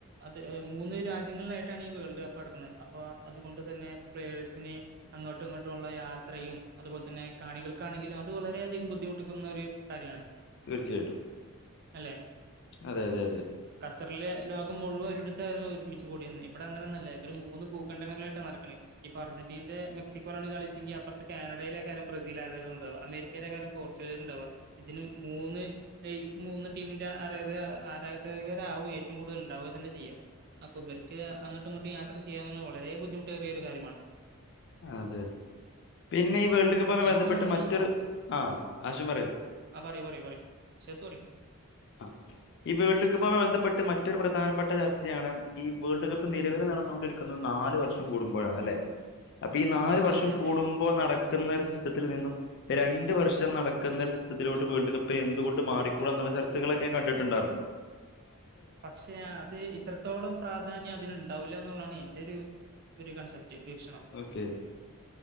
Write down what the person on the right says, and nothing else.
അത് മൂന്ന് രാജ്യങ്ങളിലായിട്ടാണ് ഈ വേൾഡ് കപ്പ് അടുക്കുന്നത് അപ്പൊ അതുകൊണ്ട് തന്നെ പ്ലേഴസിന് അങ്ങോട്ടും ഇങ്ങോട്ടുമുള്ള യാത്രയും അതുപോലെ തന്നെ കാണികൾക്കാണെങ്കിലും അത് വളരെയധികം ബുദ്ധിമുട്ടിക്കുന്ന ഒരു കാര്യമാണ്
അല്ലേ
ഖത്തറിൽ ലോകം മുഴുവൻ ഒരിടത്തായിരുന്നു ഒരുമിച്ച് കൂടിയിരുന്നത് ഇവിടെ അങ്ങനെന്നല്ല ഇവര് മൂന്ന് ഭൂഖണ്ഡങ്ങളിലായിട്ടാണ് നടക്കണേ ഇപ്പം അർജന്റീന്റെ മെക്സിക്കോ ലാണ് കളിച്ചെങ്കി അപ്പറത്തെ കാനഡയിലാക്കാരം ബ്രസീലാര്ത് അമേരിക്കയിലെ കാരം പോർ ച്ചുഗൽണ്ടവാ ഇതിന് മൂന്ന് ഈ മൂന്ന് ടീമിന്റെ ആരാ ആരാധകരാവും ഏറ്റവും കൂടുതൽ ഉണ്ടാവുക തന്നെ ചെയ്യാം അപ്പൊ ഇവർക്ക് അങ്ങോട്ടും ഇങ്ങോട്ടും യാത്ര ചെയ്യാ വളരെ ബുദ്ധിമുട്ടേറിയൊ ഒരു കാര്യമാണ്
എനിക്ക്
തോന്നുന്നു
പറി പറി പറി ശിയാസ് പറി
ആ
അതെ അതെ
പക്ഷേ അത് ഇത്രത്തോളം പ്രാധാന്യം അതിനന്ുണ്ടാവില്ല എന്നുള്ളതാണ് എൻറെ ഒരു കൺസെപ്റ്റ് വീക്ഷണം